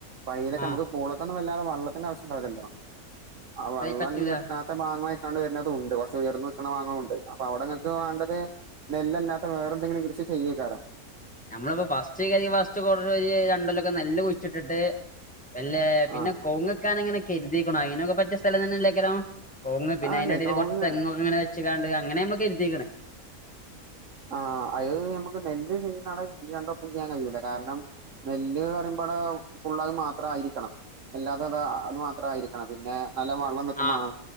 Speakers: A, on the right; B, in the centre.
A: പൈലൊക്കെ
B: ആ
A: നമുക്ക് പൂളൊക്കൊന്നും വല്ലാതെ വള്ളത്തിന്റെ ആശ്യംണ്ടാവില്ലല്ലോ ആ വെള്ളം
B: പറ്റൂല
A: നൽക്കാത്ത ഭാഗങ്ങളെ വരണ്ട് കുറേ ഉയർന്ന് നിക്കണ വാനം ഉണ്ട് അവിടെങ്ങക്ക് വേണ്ടത് നെല്ലല്ലാത്ത വേറെന്തെങ്കിലും കൃ സ കാരണം
B: നമ്മളിപ്പോ ഫസ്റ്റ് ക ഫസ്റ്റ് കുറ ഒരുര് രണ്ടല്ലൊക്കെ നെല്ല് കുഴിച്ചിട്ടിട്ട് അല്ലെ പിന്നെ
A: ആഹ്
B: കോങ്ങക്കാൻ അങ്ങനെ എരുതിയിക്കണോ അതിനനൊക്കെ പറ്റിയ സ്ഥലം തന്നെല്ലേക്കനോ കൊങ്ങ് പിന്നെ
A: ആഹ്
B: അതിന്റെ
A: ഇണ്ടേ
B: അടിയിൽ
A: കവുങ്ങ്
B: കുറച്ച് തെങ്ങ് അങ്ങനെ വെച്ചക്കാണ്ട് അങ്ങനെ നമ്മക്ക് എരുത്തീക്കണ
A: ആ അത് നമുക്ക് നെല്ല് ചെയ്യുന്ന ആളെ <unintelligible> ഒപ്പം ചെയ്യാൻ കഴിയൂല്ല കാരണം നെല്ല് ന്ന്പറയുമ്പോ നമ്മടെ ഫുള്ളത് മാത്ര ആയിരിക്കണം അല്ലാതെ അത് അത് മാത്രയിരിക്കണം പിന്നെ നല്ല വെള്ളം നിൽക്കുമ്പ
B: ആഹ്
A: വേണം